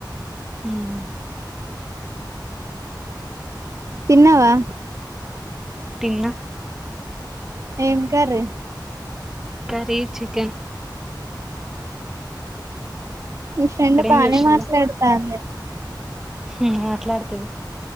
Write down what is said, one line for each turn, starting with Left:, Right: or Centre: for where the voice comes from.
Centre: హుమ్
Right: తిన్నావా
Centre: తిన్న
Right: ఏం కర్రీ
Centre: కరీ చికెన్
Right: మీ ఫ్రెండ్
Centre: అక్కడ ఏం
Right: బానే
Centre: చేసిందో
Right: మాట్లాడుతాంది
Centre: హు మాట్లాడుతది